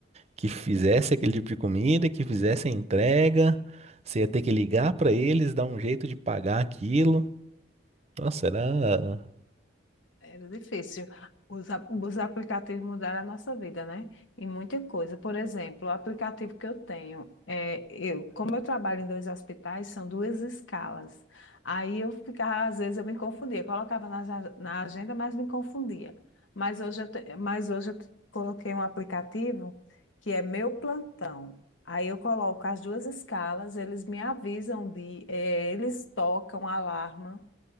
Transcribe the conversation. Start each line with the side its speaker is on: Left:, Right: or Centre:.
Right: que fizesse aquele tipo de comida, que fizesse a entrega. Você ia ter que ligar pra eles, dar um jeito de pagar aquilo. Nossa, era.
Left: Era difícil. Os, ap- os aplicativos mudaram a nossa vida, né? Em muita coisa. Por exemplo, o aplicativo que eu tenho, é, eu, como eu trabalho em dois hospitais, são duas escalas. Aí eu ficava, às vezes eu me confundia, colocava na, ja- na agenda, mas me confundia. Mas hoje eu, te- mas hoje eu t- coloquei um aplicativo que é meu plantão. Aí eu coloco as duas escalas, eles me avisam de, eh, eles tocam alarma.